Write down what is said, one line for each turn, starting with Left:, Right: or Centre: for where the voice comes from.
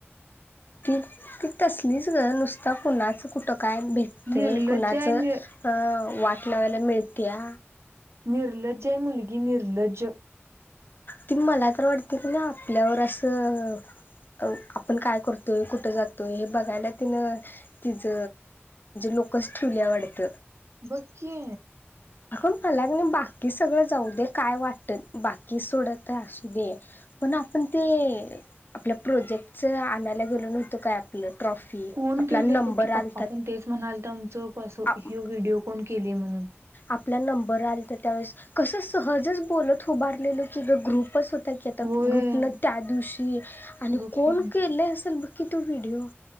Left: त ती तसलीच ग नुसतं कणाच कुटं काय भेटतेंय
Right: निर्लज्ज
Left: कुणाचं
Right: आहे नि
Left: वाटलावायला मिळते्या
Right: निर्लज्जय मुलगी निर्लज्जं
Left: ती मला तर वाटते की ना आपल्यावर असं आपण काय करतोय, कुठ जातोय हे बघायला तिनं तिज फोकस ठीवलीया वाटत
Right: बघ की!
Left: अगं मला नाही बाकी सगळं जाऊ दे काय वाटतं बाकी सोडत असू दे पण आपण ते आपल्या प्रोजेक्टचं आणायला गेलो नव्हतो काय आपली ट्रॉफी
Right: कोण
Left: आपला
Right: केलेय
Left: नंबर
Right: बघ की पप्पा
Left: आलतात.
Right: पण तेच म्हणाल तर आमचं असं
Left: आप
Right: ह व्हिडिओ कोण केले म्हणून
Left: आपला नंबर आलता त्यावेळेस कस सहजच बोलत उभारलेलो की ग्रुपच हो <unintelligible> की आता
Right: होय
Left: ग्रुपन त्या दिवशी आणि
Right: बघ
Left: कोण
Right: की
Left: केले असेल, की तू व्हिडिओ